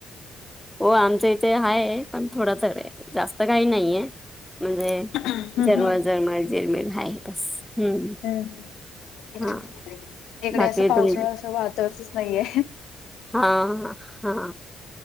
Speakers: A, in the centre; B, on the left (about 85°).
A: हो आमचं इथे हाय पण थोडं तर आहे जास्त काही नाहीये. म्हणजे
B: हम्म हम्म
A: जरमळ जरमळ जिरमीर आहे बस. हम्म
B: हम्
A: हा
B: इकडे
A: बाकी
B: असं पावसाळा
A: तुम
B: अस वाटतच नाहीये.
A: हा. हा.